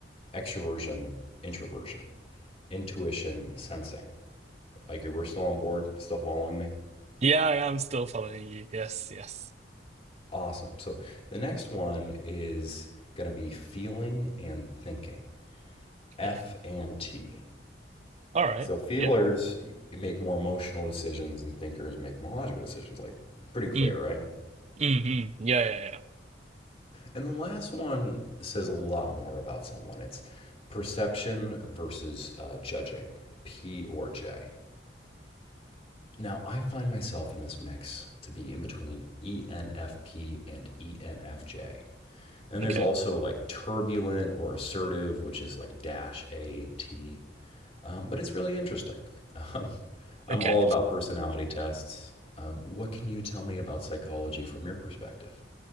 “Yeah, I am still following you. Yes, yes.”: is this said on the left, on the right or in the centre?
Right